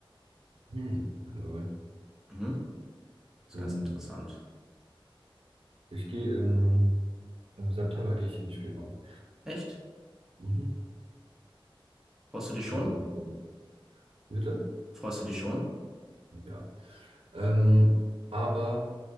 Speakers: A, on the right; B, in the centre.
A: Hm, lol.
B: Mhm. Ist
A: Ähm,
B: ganz interessant.
A: ich gehe im, im September gehe ich in die Spielbahn.
B: Echt?
A: Mhm.
B: Freust du dich schon?
A: Mit meinen Freunden. Bitte?
B: Freust du dich schon?
A: Ja. Ähm, aber.